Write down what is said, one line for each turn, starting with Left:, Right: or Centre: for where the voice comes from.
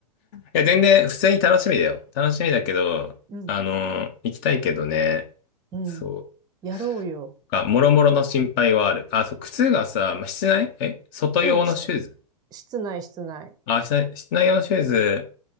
Left: や、全然、普通に楽しみだよ。楽しみだけど、
Right: うん。
Left: あの、行きたいけどね。
Right: うん。
Left: そう。
Right: やろうよ。
Left: あ、もろもろの心配はある。あ、そう、靴がさ、まあ室内え、外用のシューズ
Right: うん。し室内、室内。
Left: あ、室内、室内用のシューズ、